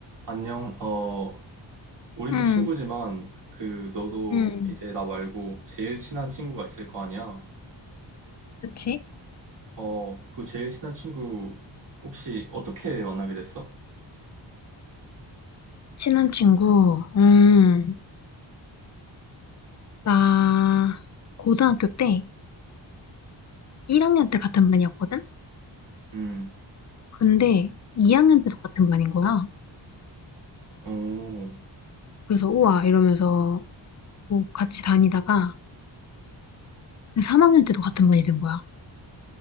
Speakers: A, on the right; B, on the left.
A: 안녕, 어, 우리도
B: 응,
A: 친구지만, 그, 너도
B: 응.
A: 이제 나 말고 제일 친한 친구가 있을 거 아니야?
B: 그치?
A: 어, 그 제일 친한 친구, 혹시 어떻게 만나게 됐어?
B: 친한 친구, 음, 나 고등학교 때 1학년 때 같은 반이었거든?
A: 음,
B: 근데 2학년 때도 같은 반인 거야.
A: 오,
B: 그래서 우와 이러면서 뭐 같이 다니다가 3학년 때도 같은 반이 된 거야.